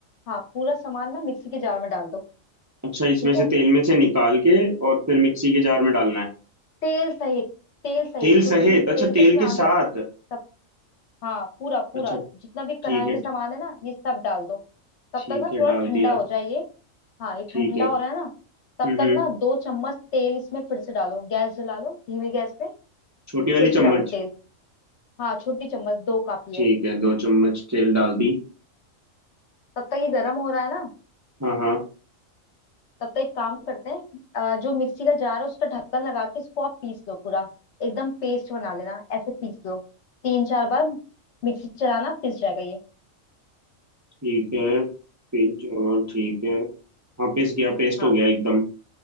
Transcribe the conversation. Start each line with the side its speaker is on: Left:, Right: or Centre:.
Left: हाँ पूरा सामान ना मिक्सी के जार में डाल दो
Right: अच्छा इसमें
Left: ठीक
Right: से
Left: है
Right: तेल में से निकाल के और फिर मिक्सी के जार में डालना है
Left: तेल सहित तेल सहित
Right: तेल सहित
Left: कुछ भी
Right: अच्छा
Left: तेल तो
Right: तेल
Left: इसमें
Right: के
Left: आ गया
Right: साथ
Left: सब हाँ पूरा पूरा
Right: अच्छा
Left: जितना भी
Right: ठीक
Left: कढ़ाई
Right: है
Left: में सामान है ना ये सब डाल दो तब
Right: ठीक
Left: तक ना
Right: है
Left: थोड़ा
Right: डाल
Left: ठंडा
Right: दिया
Left: हो जाए ये हाँ ये
Right: ठीक
Left: ठंडा
Right: है
Left: हो रहा है ना तब
Right: हम्म
Left: तक
Right: हम्म
Left: ना दो चम्मच तेल इसमें फिर से डालो गैस जला लो धीमी गैस पे
Right: छोटी वाली
Left: फिर से
Right: चम्मच
Left: डालो तेल हाँ छोटी चम्मच दो काफी
Right: ठीक
Left: है
Right: है दो चम्मच तेल डाल दी
Left: तब तक ये गर्म हो रहा है ना
Right: हाँ हाँ
Left: तब तो एक काम करते हैं अ, जो मिक्सी का जार है उसका ढक्कन लगा के इसको आप पीस लो पूरा एकदम पेस्ट बना लेना ऐसे पीस लो तीन चार बार मिक्सी चलाना पिस जाएगा ये
Right: ठीक है पिंच और ठीक है हाँ पिस गया पेस्ट
Left: हाँ
Right: हो गया एकदम